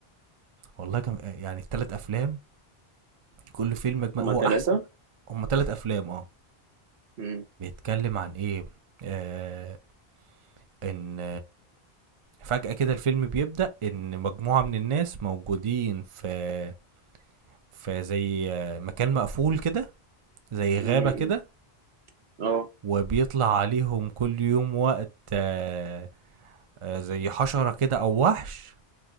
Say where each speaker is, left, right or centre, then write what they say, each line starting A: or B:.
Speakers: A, on the right; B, on the right.
A: والله كان يعني التلات افلام كل فيلم مجم-
B: هما
A: هو
B: تلاتة
A: احسن هما تلات افلام اه
B: مم.
A: بيتكلم عن ايه آه، ان فجأة كده الفيلم بيبدأ ان مجموعة من الناس موجودين في في زي مكان مقفول كده زي
B: مم.
A: غابة كده
B: اه
A: وبيطلع عليهم كل يوم وقت آه، آه، زي حشرة كده او وحش